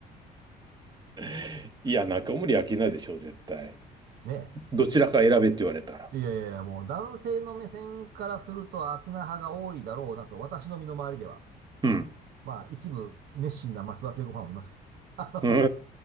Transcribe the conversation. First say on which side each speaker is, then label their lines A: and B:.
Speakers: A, on the right; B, on the right.
A: <laughs> いや、中森明菜でしょう、絶対。
B: ねえ。
A: どちらか選べって言われたら。
B: いやいやいや、もう男性の目線からするとアキナ派が多いだろうなと、私の身の回りでは。
A: うん。
B: まあ、一部熱心な松田聖子ファンもいますけど。あ
A: う